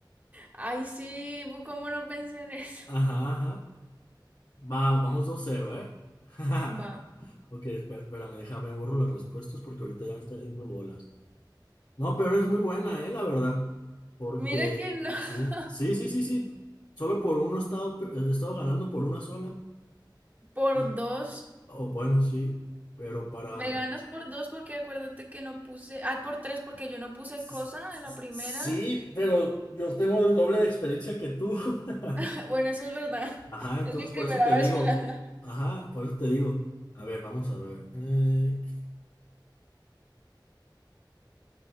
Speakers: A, on the right (about 20°); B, on the left (about 55°).
A: Ay, sí, pues, ¿cómo no pensé en eso?
B: Ajá, ajá. Va, vamos dos cero, ¿eh? <laughs>
A: Va.
B: Ok, espera, espérame, déjame borro las respuestas porque ahorita ya me está haciendo bolas. No, pero es muy buena, eh, la verdad. Porque
A: Mira que no. <laughs>
B: sí, sí, sí, sí, sí. Solo por uno he estado, pe- he estado ganando por una sola.
A: Por
B: Y,
A: dos.
B: o bueno, sí. Pero para.
A: Me ganas por dos porque acuérdate que no puse. Ah, por tres porque yo no puse
B: S-
A: cosa
B: s-
A: en la primera.
B: Sí, pero yo tengo el doble de experiencia que tú. <laughs>
A: <laughs> Bueno, eso es verdad.
B: Ajá, entonces
A: Es mi primera
B: por eso te digo.
A: vez jugando.
B: Ajá, por eso te digo. A ver, vamos a ver. eh,